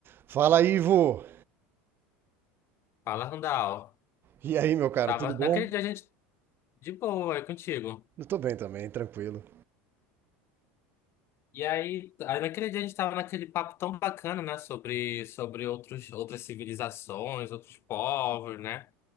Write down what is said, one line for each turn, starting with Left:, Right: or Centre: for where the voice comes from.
Right: Fala, Ivo!
Left: Fala, Randall.
Right: E aí, meu cara,
Left: Eu tava...
Right: tudo bom?
Left: Naquele dia a gente... De boa, é contigo.
Right: Eu tô bem também, tranquilo.
Left: E aí, aí, naquele dia a gente tava naquele papo tão bacana, né? Sobre, sobre outros, outras civilizações, outros povos, né?